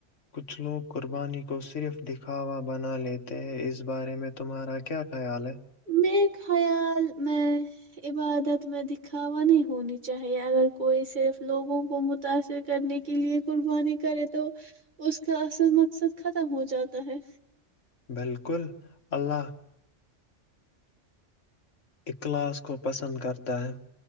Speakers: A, on the left; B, on the right.
A: کچھ لوگ قربانی کو صرف دکھاوا بنا لیتے ہیں اس بارے میں تمہارا کیا خیال ہے
B: میرے خیال میں عبادت میں دکھاوا نہیں ہونی چاہیے اگر کوئی صرف لوگوں کو متاثر کرنے کے لیے قربانی کرے تو اس کا اصل مقصد ختم ہو جاتا ہے
A: بالکل اللہ اخلاص کو پسند کرتا ہے